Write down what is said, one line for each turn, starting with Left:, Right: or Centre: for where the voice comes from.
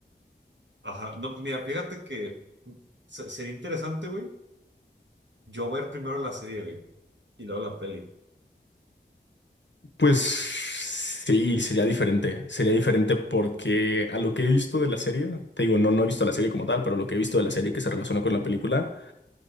Right: Ajá. No, pues mira, fíjate que mm, se- sería interesante, güey, yo ver primero la serie, güey, y luego la peli.
Left: Pues sí, sería diferente, sería diferente porque a lo que he visto de la serie, te digo, no, no he visto la serie como tal, pero lo que he visto de la serie que se relaciona con la película,